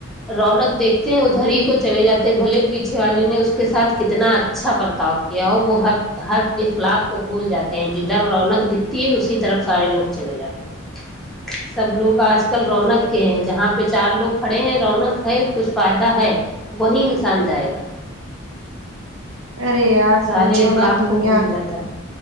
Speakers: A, in the centre; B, on the right.
A: رونق دیکھتے ہیں ادھر ہی کو چلے جاتے ہیں بھلے پیچھے والے نے اس کے ساتھ کتنا اچھا برتاؤ کیا اور وہ ہر ہر اخلاق کو بھول جاتے ہیں جدھر رونق دکھتی ہے اسی طرف سارے لوگ چلے جاتے ہیں سب لوگ آج کل رونق کے ہیں جہاں پہ چار لوگ کھڑے ہیں رونق ہے کچھ فائدہ ہے وہی انسان جائے گا
B: ارے یار
A: سارے
B: پوچھو
A: اخلاق
B: نا دنیا
A: کو بھول جاتا